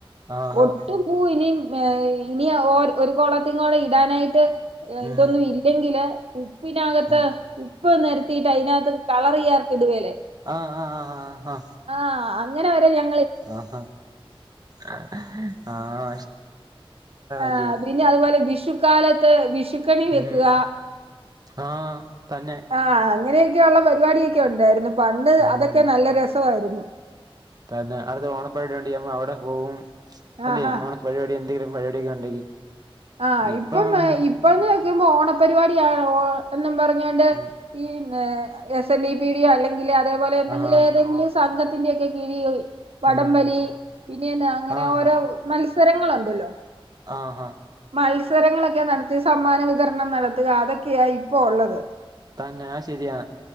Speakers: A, on the right; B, on the right.
A: ആ
B: ഒട്ടും
A: ആ
B: പൂവ് ഇനി ഏ ഇനി ഓ ഒരു കോളത്തി കൊളം ഇടാനായിട്ട്
A: ഉം
B: ഇതൊന്നും ഇല്ലെങ്കില് ഉപ്പിനകത്ത്
A: ആഹ്
B: ഉപ്പ് നേര ത്തിട്ട് അതിനകത്ത് കളർ ചെയ്യാതിടുവേലെ
A: ആഹ് ആഹ് ആ ആ ആഹ
B: ആഹ് അങ്ങനെ വരെ ഞ
A: ആഹ ആഹ്
B: ആഹ്
A: <unintelligible>
B: പിന്നെ അതുപോലെ വിഷുക്കാലത്ത് വിഷുക്കണി
A: ഉം
B: വെക്കുക
A: ആഹ് തന്നെ
B: ആഹ് അങ്ങനെയൊക്കെയുള്ള പരിപാടിയൊക്കെ ഉണ്ടായിരുന്നു പണ്ട്
A: ഉം
B: അതൊക്കെ നല്ല രസവായിരുന്നു
A: തന്നെ അടുത്ത് ഓണ പെരുവാടി ഉണ്ടേ അവടെ പോവും അല്ലെ
B: ആഹാ
A: ഓണ പരുവാടി എന്തങ്കിലും പരുവാടിയൊക്കെ ഉണ്ടെങ്കി
B: ആഹ്
A: ഇപ്പൊ
B: ഇപ്പം
A: അങ്ങനെ
B: ഇപ്പൊന്ന് വെക്കുമ്പോ ഓണപരിപാടിയാ ഓ എന്നും പറഞ്ഞോണ്ട്
A: ഉം
B: ഈ എസ് എൻ ഡി പി ഡിയോ അല്ലെങ്കില് അതേപോലെ എന്തെങ്കിലും
A: ആഹ്
B: ഏതെങ്കിലും സംഘത്തിന്റൊക്കെ കിഴിൽ വടം
A: ഉം
B: വലി പിന്നെ എന്ന അങ്ങനെ
A: ആഹ്
B: ഓരോ മൽ സ്ഥരങ്ങളുണ്ടല്ലോ
A: ആഹ് ആഹ്
B: മത്സരങ്ങളൊക്കെ നടത്തി സമ്മാന വിതരണം നടത്തുക അതൊക്കെയാ ഇപ്പോ ഒള്ളത്
A: തന്നാ ആ ശെരിയാ